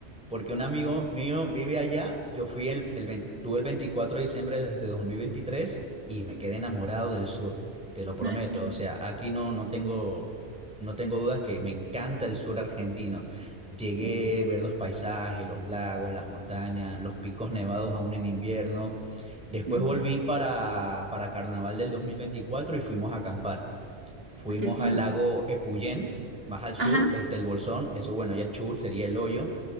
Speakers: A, in the centre; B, on the right (about 55°).
A: porque un amigo mío vive allá. Yo fui el, el 20 tuve el 24 de diciembre desde 2023 y me quedé enamorado del sur, te lo prometo.
B: Ah, sí.
A: O sea, aquí no, no tengo, no tengo dudas que me encanta el sur argentino. Llegué
B: Sí.
A: a ver los paisajes, los lagos, las montañas, los picos nevados aún en invierno. Después
B: Ujú,
A: volví para, para Carnaval del 2024 y fuimos a acampar. Fuimos
B: Ah, qué lindo.
A: al lago Epuyén, más al sur,
B: Ajá.
A: este el Bolsón, eso bueno, ya es Chur, sería el hoyo.